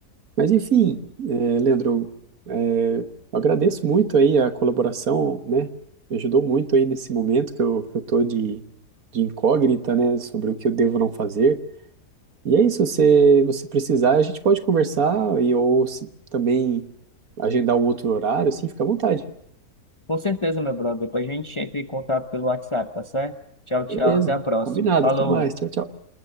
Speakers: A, on the right; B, on the left.
A: Mas enfim, é, Leandro, é, eu agradeço muito aí a colaboração, né? Me ajudou muito aí nesse momento que eu, que eu tô de, de incógnita, né? Sobre o que eu devo não fazer. E é isso, se você precisar, a gente pode conversar e ou se também agendar um outro horário, assim, fica à vontade.
B: Com certeza, meu brother. Depois a gente entra em contato pelo WhatsApp, tá certo? Tchau,
A: Beleza,
B: tchau. Até a próxima.
A: combinado,
B: Falou!
A: até mais, tchau, tchau.